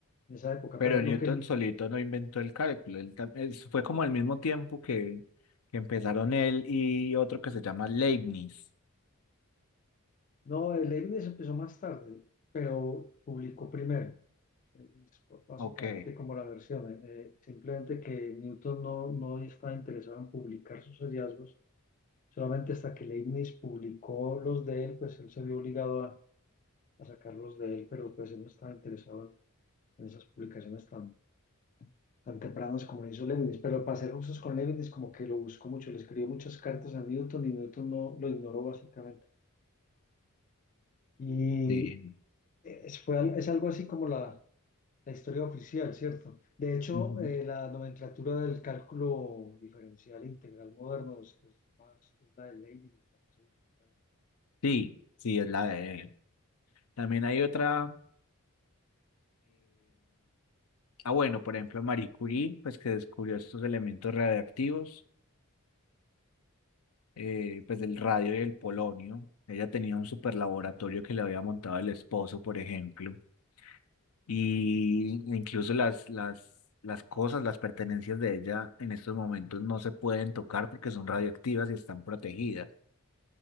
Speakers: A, on the left; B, on the left.
A: en esa época.
B: Pero
A: Pero lo
B: Newton
A: que él,
B: solito no inventó el cálculo, él tam- es- fue como al mismo tiempo que, que empezaron él y otro que se llama Leibniz.
A: no, el Leibniz empezó más tarde, pero publicó primero. Es básicamente
B: Ok,
A: como la versión, eh, eh, simplemente que Newton no, no estaba interesado en publicar sus hallazgos, solamente hasta que Leibniz publicó los de él, pues él se vio obligado a, a sacarlos de él, pero pues él no estaba interesado en en esas publicaciones tan tan tempranos como lo hizo Leibniz, pero para ser justos con Leibniz como que lo buscó mucho, le escribió muchas cartas a Newton y Newton no lo ignoró básicamente. Y
B: sí,
A: eh, es, fue, al- es algo así como la, la historia oficial, ¿cierto? De hecho,
B: Ujú.
A: eh, la nomenclatura del cálculo diferencial integral moderno es, es más es la de Leibniz. la que se usa, ¿no?
B: sí, sí, es la de él. También hay otra, Ah, bueno, por ejemplo, Marie Curie, pues que descubrió estos elementos radiactivos, eh, pues del radio y del polonio. Ella tenía un super laboratorio que le había montado el esposo, por ejemplo, y incluso las, las, las cosas, las pertenencias de ella en estos momentos no se pueden tocar porque son radioactivas y están protegidas.